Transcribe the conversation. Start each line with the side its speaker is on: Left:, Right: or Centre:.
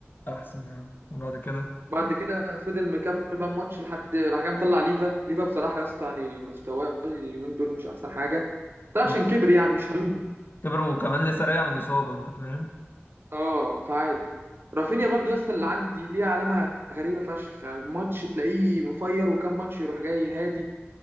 Left: احسن يعني وبعد كده
Right: بعد كده فضل مكمل بقى الماتش لحد راح جاي مطلع ليفا ليفا بصراحه يا اسطى يعني مستواه اليومين دول مش احسن حاجه ده عشان
Left: آه.
Right: كبر يعني مش هلوم
Left: كبر وكمان لسه راجع من الاصابه انت فاهم
Right: اه فعادي رافينيا برضو يا اسطى اللي عندي ليه علامه غريبه فشخ ماتش تلاقيه مفير وكم ماتش يروح جاي هادي